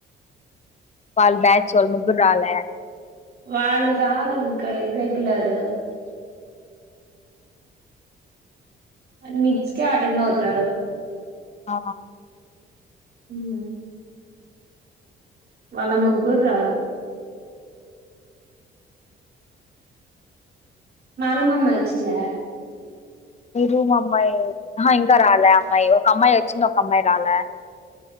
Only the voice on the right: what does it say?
వాళ్ళు రారు ఇంక ఇర్రెగ్యులరు మిడ్స్ కే అటెండ్ అవుతారు
హుమ్ వాళ్ళ ముగ్గురు రారు మా రూమ్ అమ్మాయి వచ్చిందా